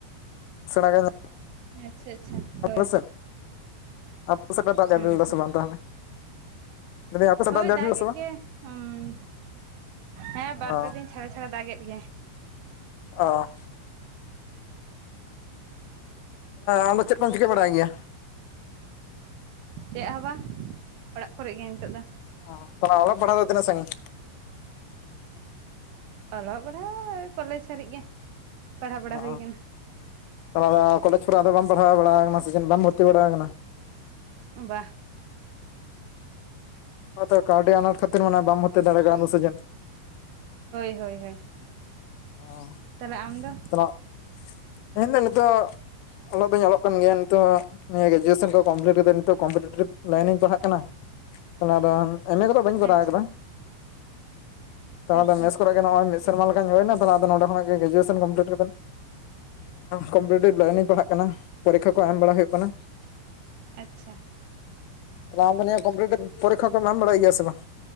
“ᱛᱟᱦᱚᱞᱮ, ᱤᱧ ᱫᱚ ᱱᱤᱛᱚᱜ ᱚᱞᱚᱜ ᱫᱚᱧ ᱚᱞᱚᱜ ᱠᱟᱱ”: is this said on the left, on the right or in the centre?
Left